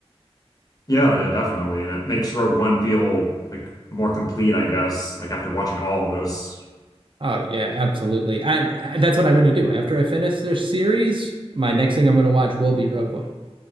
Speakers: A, on the left; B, on the right.
A: Yeah, yeah, definitely. And it makes Rogue One feel like more complete, I guess, like after watching all of those.
B: Oh, yeah, absolutely. And and that's what I'm going to do. After I finish this series, my next thing I'm going to watch will be Rogue One.